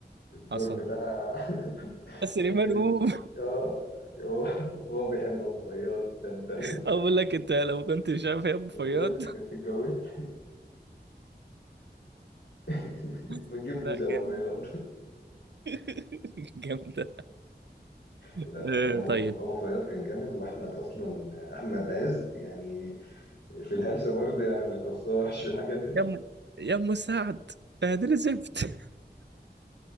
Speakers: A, on the left; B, on the right.
A: الدور
B: حصل
A: بتاع <laughs>
B: <laughs>
A: احمد
B: بس سليمان
A: عز
B: قوم
A: اه هو <laughs> هو بيحب ابو فياض ده انت <laughs>
B: <laughs> اقول لك انت لو كنت مش عارف يا ابو فياض
A: لو بنت كنت اتجوزت <laughs>
B: <laughs>
A: ما تجيبوش
B: لا جامد
A: ابو فياض <laughs>
B: <laughs> جامدة
A: لا
B: آه،
A: لا لا ابو
B: طيب
A: ابو فياض كان جامد واحمد اصلا احمد عز يعني في الهلس برضه يعني ما يتوصاش في الحاجات دي
B: يا ام يا ام سعد بهدل زفت <laughs>